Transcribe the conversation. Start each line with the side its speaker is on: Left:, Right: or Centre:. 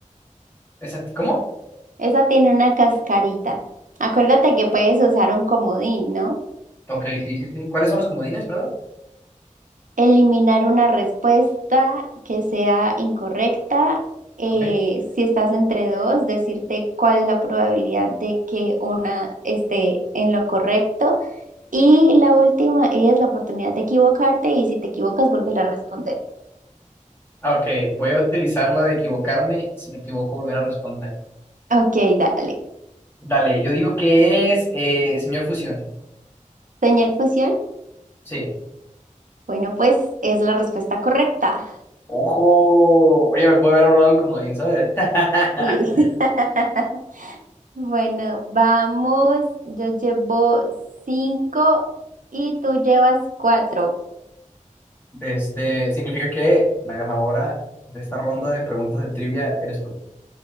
Left: esa- ¿Cómo?
Right: Esa tiene una cascarita. Acuérdate que puedes usar un comodín, ¿no?
Left: Ok, sí, sí, sí. ¿Cuáles son los comodines, perdón?
Right: Eliminar una respuesta que sea incorrecta. eh,
Left: Ok.
Right: si estás entre dos, decirte cuál es la probabilidad de que una esté en lo correcto Y la última es la oportunidad de equivocarte y si te equivocas, volver a responder.
Left: Ah, ok, voy a utilizar la de equivocarme. Si me equivoco, volver a responder.
Right: Ok, dale.
Left: Dale, yo digo que es eh, señor Fusión.
Right: Señal fusión.
Left: Sí.
Right: Bueno, pues es la respuesta correcta.
Left: Ojo, oye, me puedo haber ahorrado un comodín, ¿sabes? <laughs>
Right: Sí. <laughs> Bueno, vamos. Yo llevo cinco y tú llevas cuatro.
Left: De Este, significa que la ganadora de esta ronda de preguntas de trivia eres tú.